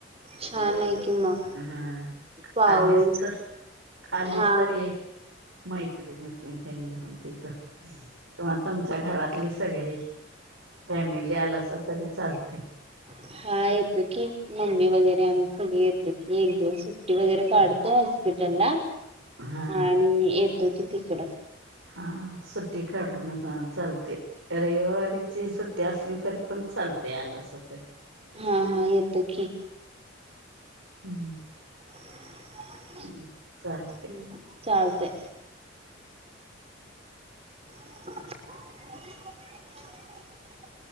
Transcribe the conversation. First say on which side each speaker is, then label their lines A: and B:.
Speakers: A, on the right (about 30°); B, on the right (about 90°).
A: छान हाय की मग
B: हा
A: पाऊस
B: आलीस तर आलीस
A: हा
B: तर ऐ मैत्रिणी नीसनी तेन घेऊन तिथं किंवा तुमच्या घरातले सगळी फॅमिली आलासा तरी चालते
A: ह हा येतो की मम्मी वगैरे आम्ही सगळे येतो की एक दिवस सुट्टी वगैरे काढतो हॉस्पिटलला
B: हा
A: आणि येतो कि तिकडं
B: हा सुट्टी काढून चालते रविवारीची सुट्टी असली तरी पण चालते आला अस तरी
A: हा हा येतो की
B: हम..
A: <inaudible>
B: हम्म.. चालतेय.
A: ह.. चालतंय. <inaudible>